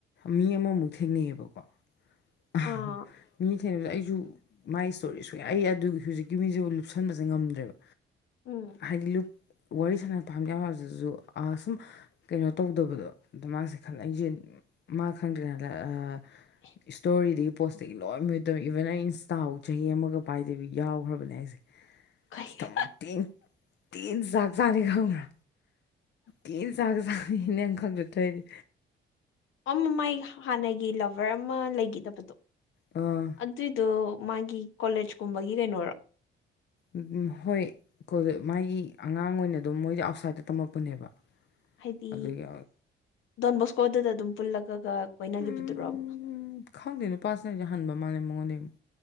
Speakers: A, on the left; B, on the left.
A: ꯃꯤ ꯑꯃꯃꯨꯛ ꯊꯦꯡꯅꯩꯑꯦꯕꯀꯣ <unintelligible>
B: ꯑꯥ
A: ꯃꯤ ꯊꯦꯡꯅꯕꯁꯦ ꯑꯩꯁꯨ ꯃꯥꯏ ꯏꯁꯇꯣꯔꯤ ꯁꯨꯡꯌꯥꯏ ꯑꯗꯨꯒꯤ ꯍꯧꯖꯤꯛꯀꯤ ꯃꯤꯁꯦꯕꯨ ꯂꯨꯞꯁꯟꯕꯁꯦ ꯉꯝꯗ꯭ꯔꯦꯕ
B: ꯎꯝ
A: ꯍꯥꯏꯗꯤ ꯂꯨꯞ ꯋꯥꯔꯤ ꯁꯥꯟ <unintelligible> ꯄꯥꯝꯗ <unintelligible> ꯁꯨꯝ ꯀꯩꯅꯣ ꯇꯧꯗꯕꯗꯣ ꯑꯗ ꯃꯥꯁꯦ ꯈꯂ ꯑꯩꯁꯦ ꯃꯥ ꯈꯪꯗ꯭ꯔꯤꯉꯩꯗ ꯑꯥ
B: <inaudible>
A: ꯏꯁꯇꯣꯔꯤꯗꯒꯤ ꯄꯣꯁꯇꯒꯤ ꯂꯣꯏ ꯃꯨꯠ ꯇꯧꯏ ꯏꯚꯟ ꯑꯩ ꯏꯟꯁꯇꯥꯐꯧ ꯆꯍꯤ ꯑꯃꯒ ꯄꯥꯏꯗꯕꯤ ꯌꯥꯎꯈ꯭ꯔꯕꯅꯦ ꯑꯩꯁꯦ
B: ꯀꯩ
A: ꯑꯁ ꯊꯃꯣꯏ ꯊꯤ ꯊꯤꯅ ꯆꯥꯛ ꯆꯥꯅꯤ ꯈꯪꯕ꯭ꯔꯥ ꯇꯤꯅ ꯆꯥꯛꯁꯥꯅꯤ ꯅꯪ ꯈꯪꯗ ꯇꯧꯏꯅꯤ
B: ꯑꯃ ꯃꯥꯏ ꯍꯥꯟꯅꯒꯤ ꯂꯚꯔ ꯑꯃ ꯂꯩꯒꯤꯗꯕꯗꯣ
A: ꯑꯥ
B: ꯑꯗꯨꯏꯗꯣ ꯃꯥꯒꯤ ꯀꯣꯂꯦꯖꯀꯨꯝꯕꯒꯤ ꯀꯩꯅꯣꯔ
A: ꯎꯝ ꯍꯣꯏ ꯀꯣꯂꯦ ꯃꯥꯏ ꯑꯉꯥꯡ ꯑꯣꯏꯅ ꯑꯗꯨꯝ ꯃꯣꯏꯗꯤ ꯑꯥꯎꯠꯁꯥꯏꯗꯠꯇ ꯇꯝꯃꯛꯄꯅꯦꯕ
B: ꯍꯥꯏꯗꯤ
A: ꯑꯗꯨꯒꯤ
B: ꯗꯣꯟꯕꯣꯁꯀꯣꯗꯨꯗ ꯑꯗꯨꯝ ꯄꯨꯜꯂꯒꯒ ꯀꯣꯏꯅꯒꯤꯕꯗꯨꯔꯣꯕ
A: ꯎꯝ ꯈꯪꯗꯦ ꯅꯨꯄꯥꯁꯤꯅ ꯍꯟ ꯃꯥꯂꯦ ꯃꯉꯣꯟꯗꯩꯩ ꯑꯃꯨꯛ